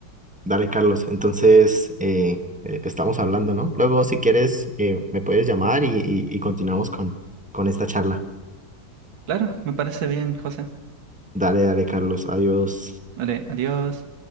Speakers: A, in the centre; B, on the right.
A: Dale, Carlos. Entonces, eh, eh, estamos hablando, ¿no? Luego, si quieres, eh, me puedes llamar y, y- y continuamos con, con esta charla.
B: Claro, me parece bien, José.
A: Dale, dale, Carlos. Adiós.
B: Vale, adiós.